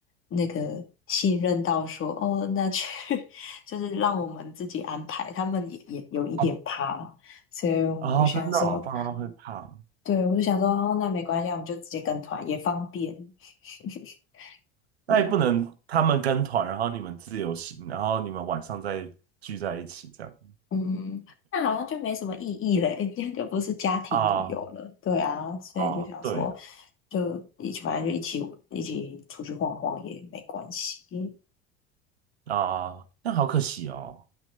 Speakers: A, on the left (about 40°); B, on the right (about 80°).
A: 那个信任到说，哦，那去 <laughs> 就是让我们自己安排，他们也也有一点怕了，
B: 哦，
A: 所以我们就想说，
B: 哦，真的哦，爸妈会怕，
A: 对，我就想说，哦，那没关系，我们就直接跟团也方便，<laughs> 对，
B: 那也不能他们跟团，然后你们自由行，然后你们晚上再聚在一起这样。
A: 嗯，那好像就没什么意义了，今天就不是家庭旅游了，
B: 啊，
A: 对啊，所以就想说，
B: 哦，对了，
A: 就一起，反正就一起一起出去晃晃也没关系，
B: 啊，那好可惜哦。